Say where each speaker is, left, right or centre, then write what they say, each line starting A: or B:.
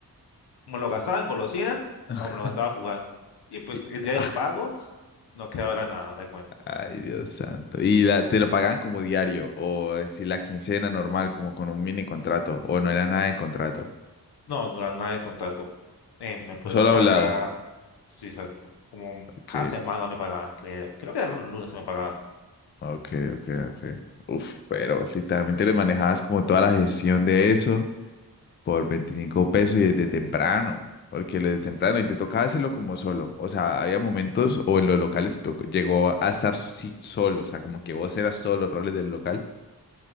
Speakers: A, on the left (about 80°); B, on the left (about 30°).
A: me lo gastaba en golosinas
B: <laughs>
A: o me lo gastaba jugando. Y pues
B: Y-
A: el día
B: ah,
A: del pago no quedaba nada de cuenta.
B: Ay, Dios santo. ¿Y la, te lo pagaban como diario? ¿O eh, si la quincena normal, como con un mini contrato? ¿O no era nada de contrato?
A: No, no era nada de contrato. Eh, me podían
B: Solo hablado.
A: pagar, sí, exacto. Como
B: Okay,
A: cada semana me pagaban, cre- creo, que era un lunes que me pagaban.
B: ok, ok, ok. Uf, pero literalmente le manejabas como toda la gestión de eso. Por 25 pesos y desde temprano, porque desde temprano y te tocaba hacerlo como solo. O sea, había momentos o en los locales te tocó, llegó a estar sí, solo, o sea, como que vos eras todos los roles del local.